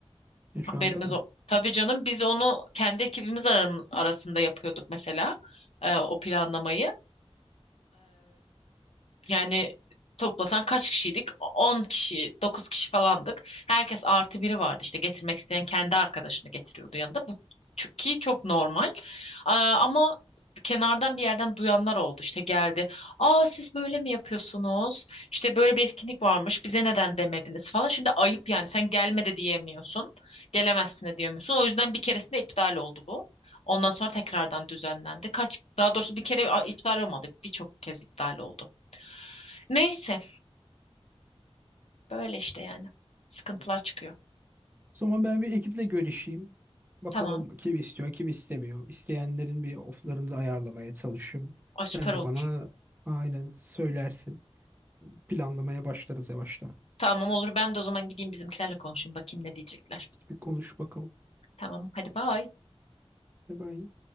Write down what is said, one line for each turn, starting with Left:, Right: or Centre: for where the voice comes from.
Right: Yaşandı
Left: Haberimiz
Right: mı?
Left: o. Tabii canım biz onu kendi ekibimiz aram- arasında yapıyorduk mesela e, o planlamayı. Yani toplasan kaç kişiydik? 10 kişi, 9 kişi falandık. Herkes artı biri vardı. İşte getirmek isteyen kendi arkadaşını getiriyordu yanında. Bu çünkü çok normal. Aa, ama kenardan bir yerden duyanlar oldu. İşte geldi. Aa siz böyle mi yapıyorsunuz? İşte böyle bir etkinlik varmış. Bize neden demediniz falan. Şimdi ayıp yani. Sen gelme de diyemiyorsun. Gelemezsin de diyemiyorsun. O yüzden bir keresinde iptal oldu bu. Ondan sonra tekrardan düzenlendi. Kaç, daha doğrusu bir kere a, iptal olmadı. Birçok kez iptal oldu. Neyse böyle işte yani. Sıkıntılar çıkıyor.
Right: O zaman ben bir ekiple görüşeyim. Bakalım
Left: Tamam.
Right: kim istiyor, kim istemiyor. İsteyenlerin bir oflarını da ayarlamaya çalışayım.
Left: Ay
Right: Sen
Left: süper olur.
Right: de bana aynen söylersin. Planlamaya başlarız yavaştan.
Left: Tamam olur. Ben de o zaman gideyim bizimkilerle konuşayım. Bakayım ne diyecekler.
Right: Bir konuş bakalım.
Left: Tamam. Hadi bye.
Right: Bye bye.